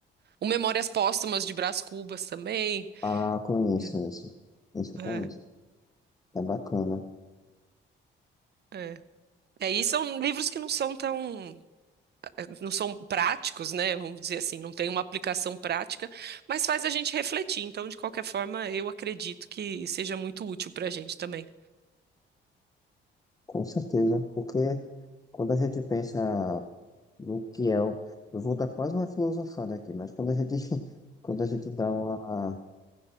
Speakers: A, on the right (about 55°); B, on the left (about 20°).
A: O Memórias Póstumas de Brás Cubas também.
B: Ah, conheço
A: É,
B: isso. Isso eu conheço.
A: é.
B: É bacana.
A: é. É, e são livros que não são tão. não são práticos, né? Vamos dizer assim, não tem uma aplicação prática, mas faz a gente refletir. Então, de qualquer forma, eu acredito que seja muito útil para a gente também.
B: Com certeza. Porque quando a gente pensa no que é o. Eu vou dar quase uma filosofada aqui, mas quando a gente, <laughs> quando a gente dá uma.